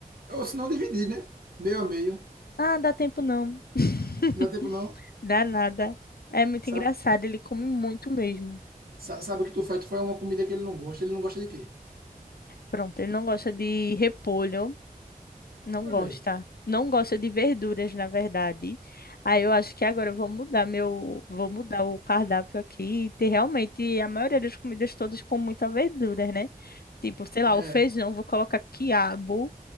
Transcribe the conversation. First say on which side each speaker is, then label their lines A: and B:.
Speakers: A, on the right; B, on the left.
A: Ou se não, dividir, né? Meio a meio.
B: Ah, dá tempo não. <laughs>
A: Não dá tempo não.
B: Dá nada. É muito
A: Sabe,
B: engraçado, ele come muito mesmo.
A: sa- sabe o que tu faz? Tu faz uma comida que ele não gosta. Ele não gosta de quê?
B: Pronto, ele não gosta de repolho, não
A: Olha
B: gosta.
A: aí.
B: Não gosta de verduras, na verdade. Aí eu acho que agora eu vou mudar meu, vou mudar o cardápio aqui e ter realmente a maioria das comidas todas com muita verdura, né? Tipo, sei lá,
A: É.
B: o feijão, vou colocar quiabo.